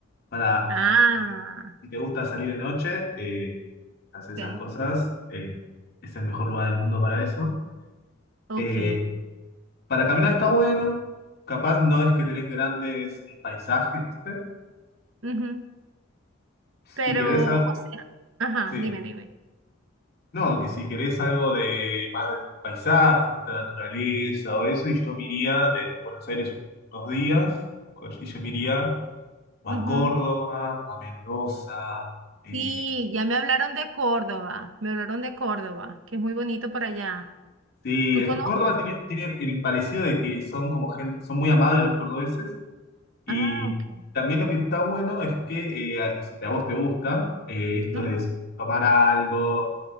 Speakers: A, on the left; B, on the right.
A: Para,
B: Ah,
A: si te gusta salir de noche, eh, hacer esas
B: ok,
A: cosas, eh, es el mejor lugar del mundo para eso.
B: ok.
A: Eh, para caminar está bueno, capaz no es que tenés grandes eh, paisajes, ¿viste?
B: ujú. Pero,
A: Si querés, algo-
B: o sea, ajá,
A: sí.
B: dime, dime.
A: No, que si querés algo de más de paisaje, te gusta la naturaleza o eso, y yo me iría de Buenos Aires un- unos días, co- y yo me iría o
B: Ujú.
A: a Córdoba o a Mendoza. eh,
B: Sí, ya me hablaron de Córdoba, me hablaron de Córdoba, que es muy bonito por allá.
A: sí,
B: ¿Tú
A: es-
B: conoces?
A: Córdoba tiene, tiene el parecido de que son como gente, son muy amables los cordobeses, y
B: Ah, ok.
A: también lo que está bueno es que eh, a- si a vos te gusta eh, esto
B: ujú.
A: de tomar algo,